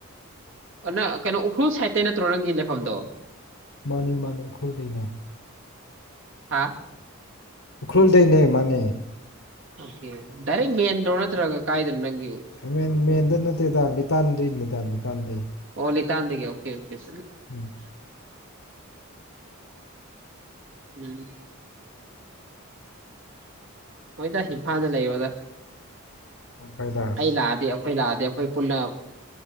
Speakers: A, on the right; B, on the left.
A: ꯅꯪ ꯀꯩꯅꯣ ꯎꯈ꯭ꯔꯨꯜ ꯁꯥꯏꯠꯇ ꯅꯠꯇ꯭ꯔꯣ ꯅꯪꯒꯤ ꯂꯩꯐꯝꯗꯣ
B: ꯃꯥꯅꯤ ꯃꯥꯅꯤ ꯈꯣꯜ ꯂꯩꯅꯦ
A: ꯍꯥ
B: ꯎꯈ꯭ꯔꯨꯜꯗꯅꯦ ꯃꯥꯅꯦ
A: ꯑꯣꯀꯦ ꯗꯗꯥꯏꯔꯦꯛ ꯃꯦꯟ ꯔꯣꯠꯇꯒ ꯀꯥꯏꯗꯅ ꯅꯪ
B: ꯃꯦꯟ ꯃꯦꯟꯗ ꯅꯠꯇꯦꯗ ꯂꯤꯇꯥꯟꯗꯩꯅꯤꯗ ꯂꯤꯇꯥꯟꯗꯩ
A: ꯑꯣꯂꯤ ꯇꯗ ꯑꯣꯀꯦꯦ
B: ꯎꯝ
A: ꯎꯝ ꯍꯣꯏꯗ ꯏꯝꯐꯥꯜꯗ ꯂꯩ ꯑꯣꯗ
B: ꯍꯣꯏꯗ
A: ꯑꯂ ꯑꯗ ꯑꯩꯈꯣꯏ ꯂꯥꯛꯑꯗꯤ ꯑꯩꯈꯣꯏ ꯄꯨꯟꯅ